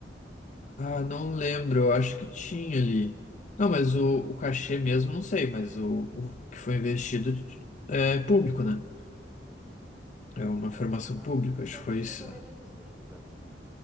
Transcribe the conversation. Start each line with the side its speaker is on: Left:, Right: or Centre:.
Left: ah, não lembro, eu acho que tinha ali. Não, mas o, o cachê mesmo, não sei, mas o, o que foi investido é público, né?
Centre: Aham.
Left: É uma formação
Centre: Ah,
Left: pública,
Centre: pois
Left: acho
Centre: é,
Left: que
Centre: o cachê
Left: foi isso.
Centre: também deve ter sido divulgado.